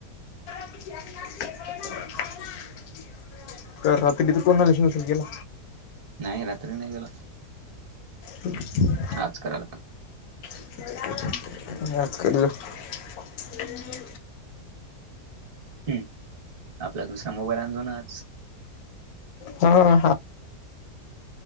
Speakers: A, on the left; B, on the right.
A: <unintelligible> कात तिथं कोणा लन गेला
B: नाही रात्री नाही गेला
A: हो
B: आज करायला लाग
A: <unintelligible> ज करे ह
B: हम्म आपला दुसरा मोबाईल आण दो नाज
A: हा ह